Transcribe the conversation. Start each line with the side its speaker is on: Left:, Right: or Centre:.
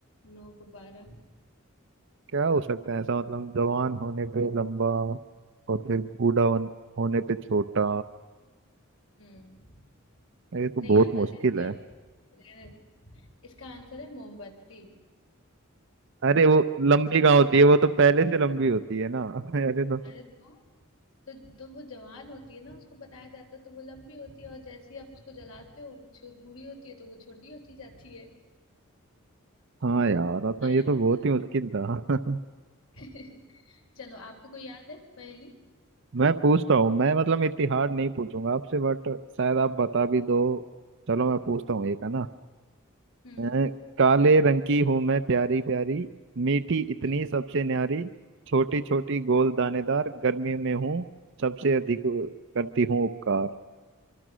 Left: नो गुब्बारा
Right: क्या हो सकता है ऐसा मतलब जवान होने पे लंबा और फिर बूढ़ा होन- होने पे छोटा
Left: हम्म
Right: ये तो
Left: नहीं
Right: बहुत
Left: आता
Right: मुश्किल
Left: रहने दो
Right: है
Left: यार रहने दो। इसका आंसर है मोमबत्ती
Right: अरे वो लंबी कहाँ होती है वो तो पहले से लंबी होती है ना <laughs> अरे तो
Left: अरे तो तो तो वो जवान होती है ना उसको बताया जाता है तो वो लंबी होती है और जैसे ही आप उसको जलाते हो वो छो- बूढ़ी होती है तो वो छोटी होती जाती है
Right: हाँ यार तो
Left: आया
Right: ये तो
Left: मजा?
Right: बहुत ही मुश्किल था <laughs>
Left: <laughs> चलो आपको कोई याद है पहेली
Right: मैं पूछता हूँ मैं मतलब इतनी हार्ड नहीं पूछूंगा आपसे बट शायद
Left: हम्म
Right: आप बता भी दो चलो मैं पूछता हूँ एक है ना
Left: हम्म
Right: अ, काले रंग की हूं मैं प्यारी प्यारी मीठी इतनी
Left: हम्म।
Right: सबसे न्यारी छोटी छोटी गोल दानेदार गर्मी में हूँ सबसे अधिक करती हूँ उपकार